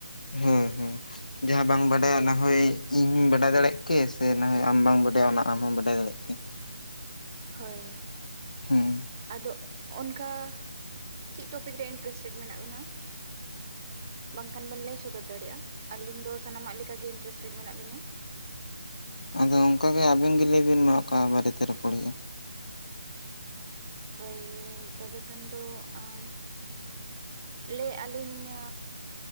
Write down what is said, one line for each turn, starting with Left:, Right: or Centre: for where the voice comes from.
Left: ᱦᱮᱸ ᱦᱮᱸ ᱡᱟᱦᱟᱸ ᱵᱟᱝ ᱵᱟᱰᱟᱭᱟ ᱚᱱᱟᱦᱳᱭ ᱤᱧ ᱵᱟᱰᱟᱭ ᱫᱟᱲᱮᱭᱟᱜ ᱠᱮ ᱥᱮ ᱱᱟ ᱟᱢ ᱵᱟᱢ ᱵᱟᱰᱟᱭᱟ ᱚᱱᱟ ᱟᱢ ᱦᱚᱢ ᱵᱟᱰᱟᱭ ᱫᱟᱲᱮᱭᱟᱜ ᱠᱮ
Right: ᱦᱳᱭ
Left: ᱦᱮᱸ
Right: ᱟᱫᱚ ᱚᱱᱠᱟ ᱪᱮᱫ ᱴᱚᱯᱤᱠ ᱨᱮ ᱤᱱᱴᱟᱨᱮᱥᱴᱮᱰ ᱢᱮᱱᱟᱜ ᱵᱤᱱᱟ
Left: <inaudible>
Right: ᱵᱟᱝᱠᱷᱟᱱ ᱵᱮᱱ ᱞᱟᱹᱭ ᱥᱚᱫᱚᱨ ᱫᱟᱲᱮᱭᱟᱜᱼᱟ ᱟᱹᱞᱤᱧ ᱫᱚ ᱥᱟᱱᱟᱢᱟᱜ ᱞᱮᱠᱟᱜᱮ ᱤᱱᱴᱟᱨᱮᱥᱴᱮᱰ ᱢᱮᱱᱟᱜ ᱞᱤᱧᱟ
Left: ᱟᱫᱚ ᱚᱱᱠᱟᱜᱮ ᱟᱵᱤᱱ ᱜᱮ ᱞᱟᱹᱭ ᱵᱤᱱ ᱢᱟ ᱚᱠᱟ ᱵᱟᱨᱮᱛᱮ ᱨᱚᱯᱚᱲ ᱦᱩᱭᱩᱜᱼᱟ
Right: ᱦᱳᱭ ᱛᱚᱵᱮ ᱠᱷᱟᱱ ᱫᱚ ᱟᱢ ᱞᱟᱹᱭᱮᱫ ᱟᱹᱞᱤᱧ